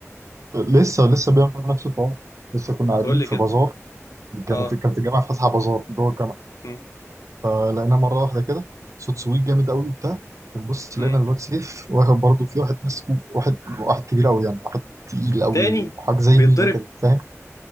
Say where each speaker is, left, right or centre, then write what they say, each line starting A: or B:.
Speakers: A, on the right; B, on the left.
A: لسه لسه بيعمل نفس الحوار لسه كنا قاعدين
B: قول لي
A: في
B: كده
A: بازار كانت
B: اه
A: كانت الجامعه فاتحه بازار جوه الجامعه
B: مم.
A: فلقيناه مرة واحدة كده صوت سويت جامد قوي وبتاع بنبص
B: مم.
A: لقينا الواد سيف واخد برضه في واحد ماسكه واحد واحد كبير قوي يعني واحد تقيل قوي
B: تاني
A: وحاجة زي
B: بيتضرب
A: مينا كده فاهم